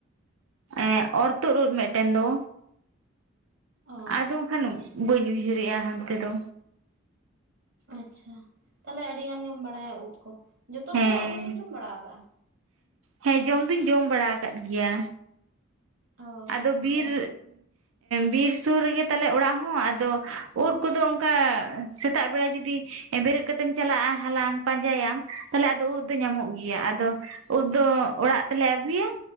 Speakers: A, on the right (about 85°); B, on the right (about 65°).
A: ᱟᱨ ᱚᱨ ᱛᱩᱫ ᱢᱤᱫᱴᱮᱱ ᱫᱚ
B: ᱚ
A: ᱟᱫᱚ ᱵᱟᱝᱠᱷᱟᱱ ᱵᱟᱹᱧ ᱩᱭᱦᱟᱹᱨᱮᱜᱼᱟ ᱦᱟᱱᱛᱮ ᱫᱚ
B: ᱟᱪᱪᱷᱟ ᱛᱟᱦᱞᱮ ᱟᱹᱰᱤ ᱜᱟᱱ ᱜᱮᱢ ᱵᱟᱲᱟᱭᱟ ᱩᱵ ᱠᱚ ᱡᱚᱛᱚ ᱨᱚᱠᱚᱢᱟᱜ
A: ᱦᱮᱸ
B: ᱩᱫᱢᱤ ᱠᱚᱢ ᱵᱟᱲᱟ ᱟᱠᱟᱫᱟᱼᱟ
A: ᱦᱮᱸ ᱡᱚᱢ ᱫᱩᱧ ᱡᱚᱢ ᱵᱟᱲᱟ ᱟᱠᱟᱫ ᱜᱮᱭᱟ
B: ᱚ
A: ᱟᱫᱚ ᱵᱤᱨ
B: ᱦᱳᱭ
A: ᱵᱤᱨ ᱥᱩᱨ ᱨᱮᱜᱮ ᱛᱟᱞᱮ ᱚᱲᱟᱜ ᱦᱚᱸ ᱟᱫᱚ ᱩᱫ ᱠᱚᱫᱚ ᱚᱱᱠᱟ ᱥᱮᱛᱟᱜ ᱵᱮᱲᱟ ᱡᱩᱫᱤ ᱵᱮᱨᱮᱫ ᱠᱟᱛᱮᱢ ᱪᱟᱞᱟᱜᱼᱟ ᱦᱟᱞᱟᱝ ᱯᱟᱸᱡᱟᱭᱟᱢ ᱛᱟᱦᱮ ᱟᱫᱚ ᱩᱫ ᱫᱚ ᱧᱟᱢᱚᱜ ᱜᱮᱭᱟ ᱟᱫᱚ ᱩᱫ ᱫᱚ ᱚᱲᱟᱜ ᱛᱮᱞᱮ ᱟᱹᱜᱩᱭᱟ